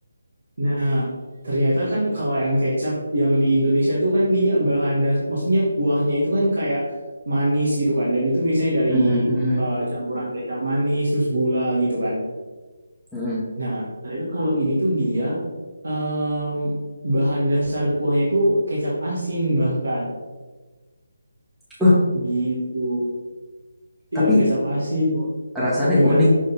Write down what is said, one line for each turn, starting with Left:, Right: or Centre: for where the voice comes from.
Right: nah ternyata kan kalau ayam kecap yang di Indonesia itu kan dia bahan dasar, maksudnya kuahnya itu kan kayak manis gitu kan dan itu biasanya dari
Centre: Hmm, hmm, hmm, hmm.
Right: uh, campuran kecap manis terus gula gitu kan
Centre: Hmm.
Right: nah ternyata kalau ini tuh dia um, bahan dasar kuahnya itu kecap asin bahkan
Centre: Uh,
Right: gitu
Centre: tapi
Right: iya kecap asin
Centre: rasanya
Right: gimana
Centre: unik,